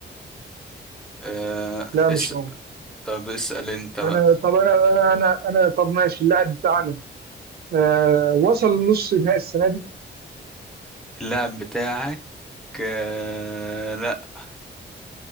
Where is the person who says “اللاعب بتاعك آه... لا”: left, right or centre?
Centre